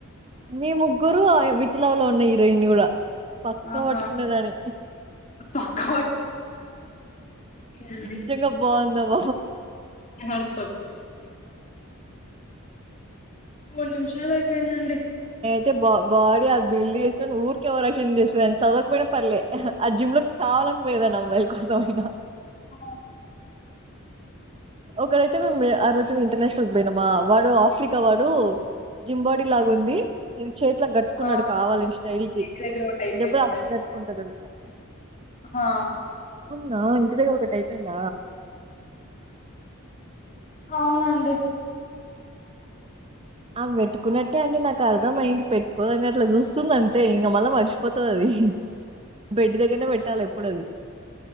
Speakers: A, on the right (about 25°); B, on the left (about 35°).
A: మీ ముగ్గురు విత్ లవ్లో ఉన్న హీరోయిన్ని కూడా పక్క
B: ఆహ
A: పట్టుకునేదాన్ని
B: పక్క <unintelligible>
A: నిజంగ బాగుందబ్బ
B: అర్థం మూడు నిమిషాలు అయిపోయిందండి
A: అ బ బాడీ అది బిల్డ్ చేసుకొని ఊరికే ఓవర్ యాక్షన్ చేస్తదండి చదవకపోయినా పర్లే ఆ జిమ్ లో కావా పోయేదాన్నీ అమ్మాయిల కోసం అయినా
B: ఆ
A: ఒకడైతే మేము ఆ రోజు ఇంటర్నేషనల్ కి పోయినామా వాడు ఆఫ్రికా వాడు జింబాడీ లాగా ఉంది ఇది చేతులకు గట్టుకున్నడు
B: ఆ!
A: కావాలని స్టైల్ కి
B: ఇంటి దగ్గర ఒకటి అయిపోయింది
A: దెబ్బ తాకితే కట్టుకుంటరు చూడు ఇట్ల
B: హా
A: నా ఇంటి దగ్గర ఒకటి అయిపోయింద.
B: అవునండి
A: ఆమే పెట్టుకున్నట్టే అండి నాకు అర్థం అయింది పెట్టుకోదు అని అట్లా చూస్తుంది అంతే ఇంక మళ్ళీ మర్చిపోతది అది బెడ్ దగ్గరనే పెట్టాలి ఎప్పుడు అది